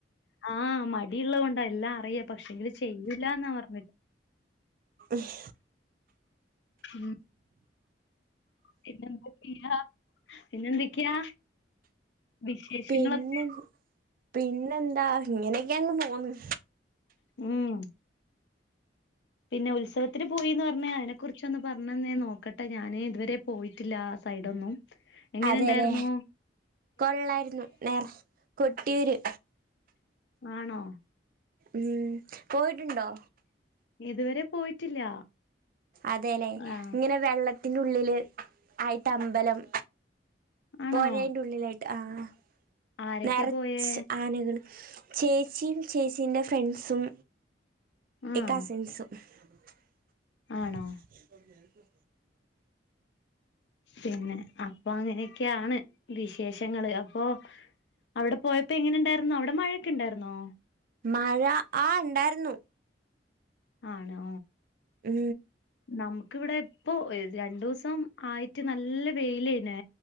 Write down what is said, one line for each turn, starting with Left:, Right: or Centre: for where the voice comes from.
Left: ആഹ. മടിള്ളത് കൊണ്ടാ. എല്ലാം അറിയ പക്ഷെങ്കില് ചെയ്യൂല എന്നാ പറഞ്ഞ.
Right: ഷ്
Left: ഉം പിന്നെന്തൊ? ചെയ്യ പിന്നെന്തക്കെയ. വിശേഷങ്ങളൊക്കെ.
Right: പിന്നെ പിന്നെന്താ? ഇങ്ങനെയൊക്കെ അങ്ങ് പോന്ന്.
Left: ഉം പിന്നെ. ഉത്സവത്തിന്പോയിന്ന്പറഞ്ഞ അതിനെ കുറിച്ചൊന്ന് പറഞ്ഞെ. നോക്കട്ടെ ഞാന് ഇതുവരെ പോയിട്ടില്ല. സൈഡൊന്നും എങ്ങനെ
Right: അതേലേ
Left: ഇണ്ടായിരുന്നു?
Right: കൊള്ളായിരുന്നു. നേറ കൊട്ടിയൂര്.
Left: ആണോ
Right: ഉം പോയിട്ടുണ്ടോ
Left: ഇതുവരെ പോയിട്ടില്ല.
Right: അതെല്ലെ
Left: ആഹ്
Right: ഇങ്ങനെ വെള്ളത്തിന്റെുള്ളില് ആയിട്ട് അമ്പലം.
Left: ആണോ
Right: പുയുടെ ഉള്ളിലായിട്ട് ആ,
Left: ആരൊക്കെ
Right: നിറയെ
Left: പോയേ
Right: ആനകൾ. ചേച്ചിയും ചേച്ചീ ന്റെ ഫ്രണ്ട്സും
Left: ആഹ്
Right: കസിൻസും. <inaudible>
Left: ആണോ
Right: <inaudible>
Left: പിന്നെ. അപ്പൊ അങ്ങനെയൊക്കെയാണ്. വിശേഷങ്ങള് അപ്പൊ. അവിടെ പോയപ്പോ എങ്ങനെ ഉണ്ടായിരുന്നു. അവിടെ മഴൊക്കെ ഉണ്ടായിരുന്നോ?
Right: മഴ ആ ഉണ്ടായിരുന്നു.
Left: ആണോ
Right: ഉം
Left: നമുക്ക്‌വിടെ ഇപ്പൊ രണ്ടു ദിവസം ആയിട്ട്. നല്ല വെയിലേനെ